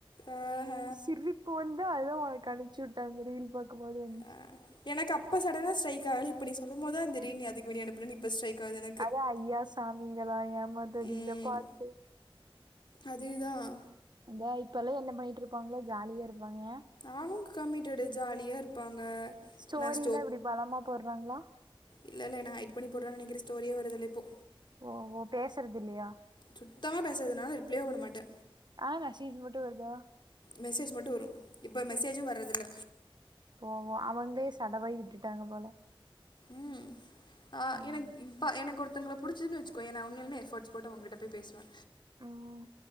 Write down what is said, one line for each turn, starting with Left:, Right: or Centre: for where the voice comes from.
Left: ஆஹ
Right: சிரிப்பு வந்து அதுதா உனக்கு அனுப்ச்சுட்ட அந்த ரீல் பாக்கும்போது வந்
Left: ஆ எனக்கு அப்ப சடனா ஸ்டைக் ஆகல இப்ப நீ சொல்லும் போது தா அந்த ரீல் எதுக்கு நீ அனுப்பன இப்ப ஸ்ட்ரைக் ஆகுது எனக்கு
Right: அதா ஐயா சாமிங்களாம் ஏமாத்தது
Left: ம்
Right: இந்த பாட்டு
Left: அதுதான்
Right: இந்தா இப்ப எல்லா என்ன பண்ணிட்டு இருப்பாங்களோ ஜாலியா இருப்பாங்க
Left: அவங்க கம்மிட்டடு ஜாலியா இருப்பாங்க
Right: ஸ்டோரிலாம்
Left: நான்
Right: இப்டி பலமா போட்றாங்களா
Left: இல்ல இல்ல என்ன ஹய்டு பண்ணி போறான்னு நெனக்கிறன் ஸ்டோரியே வரதில்ல இப்போ
Right: ஓ ஓ பேசறது இல்லயா
Left: சுத்தமா பேசறதுல்லனால ரிப்ளையே பண்ணமாட்ட
Right: ஆனா மெசேஜ் மட்டும் வருதா
Left: மெசேஜ் மட்டு வரு இப்ப மெசேஜு வர்றதுல்ல
Right: ஓ ஓ அவங்களே சடவாகி விட்டுட்டாங்க போல
Left: ம் ஆ
Right: ம்.
Left: எனக்கு இப்ப எனக்கு ஒருத்தவங்கள புடிச்சுதுன்னு வச்சுக்கோயே நா உண்மையாலுமே எஃபர்ட்டுஸ் போட்டு அவங்ககிட்ட போய் பேசுவே
Right: ம்